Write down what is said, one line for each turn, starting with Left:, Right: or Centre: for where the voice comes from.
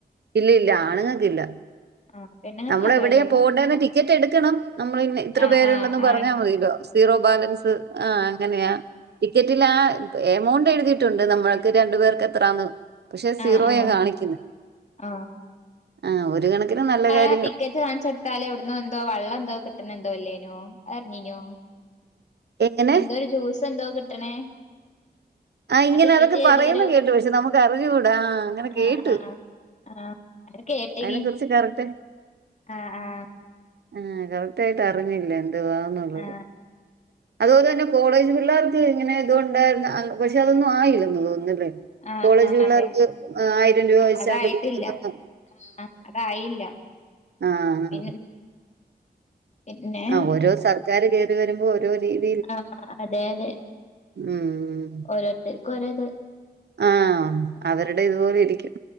Right: ഇല്ല ഇല്ല ആണ്ങ്ങൾക്ക് ഇല്ല
Left: ആഹ് പെണ്ണുങ്ങൾക്ക്
Right: നമ്മള്
Left: മാത്രല്ലേ
Right: എവിടെയാ
Left: ഉള്ളൂ
Right: പോകേണ്ടേന്ന് ടിക്കറ്റ് എടുക്കണം നമ്മൾന്ന് ഇത്ര
Left: ആഹ്
Right: പേരുണ്ടെന്ന്
Left: ആഹ് ആഹ്
Right: പറഞ്ഞാ മതിലോ സീറോ ബാലൻസ് ആഹ് അങ്ങനെയാ ടിക്കറ്റിൽ ആഹ് എമൗണ്ട് എഴുതിയിട്ടുണ്ട് നമ്മൾക്ക് രണ്ടു പേർക്ക് എത്രന്ന് പക്ഷെ സീറോയാണ്
Left: ആഹ് ആഹ്
Right: കാണിക്കുന്നത്
Left: ആഹ്
Right: ആഹ് ഒരു കണക്കിന് നല്ല കാര്യ
Left: അഹ് ടിക്കറ്റ് കാണിച്ചടുത്താല എവിടന്ന എന്തോ വെള്ളം എന്തോ കിട്ടണ എന്തോല്ലേനോ അറിഞ്നോ
Right: എങ്ങനെ
Left: എന്തോ ഒരു ജ്യൂസ് എന്തോ കിട്ടണേ
Right: ആഹ് ഇങ്ങനെ
Left: ആ ടിക്കറ്റ്
Right: അതൊക്കെ
Left: ഏതോ
Right: പറയുന്ന
Left: ഒരു
Right: കേട്ടു പക്ഷെ നമുക്ക് അറിഞ്ഞൂടാ ആഹ് ങ്ങനെ കേട്ടു
Left: ആഹ് ആഹ് ആഹ് അത് കേട്ടീനി
Right: അയ്നെ കുറിച്ച് കറക്റ്റ
Left: ആഹ് ആഹ്
Right: ആഹ് കറക്റ്റ് ആയിട്ട് അറിഞ്ഞില്ല എന്ത്വാന്നുള്ളത്
Left: ആഹ്
Right: അതുപോലെ തന്നെ കോളേജ് പിള്ളേർക്ക് ഇങ്ങനെ ഇതൊണ്ടായിരുന്ന പക്ഷെ അതൊന്നും ആയില്ല തോന്നില്ലേ
Left: ആഹ്
Right: കോളേജ്
Left: ആഹ്
Right: പിള്ളേർക്ക്
Left: അതെ
Right: ആയിരം രൂപ വെച്ചാല്ല
Left: അതായിട്ടില്ല
Right: കൊടുക്കുന്നന്ന്
Left: ആഹ് അതായില്ല
Right: ആഹ്
Left: പിന്നെ പിന്നെ
Right: ആഹ് ഓരോ സർക്കാർ കേറി വരുമ്പോ ഓരോ രീതി
Left: ആഹ് അതെ അതെ
Right: ഉം
Left: ഓരോതർക്ക് ഓരോയിത്
Right: ആഹഹ് അവരുടെ ഇതുപോലെ ഇരിക്കും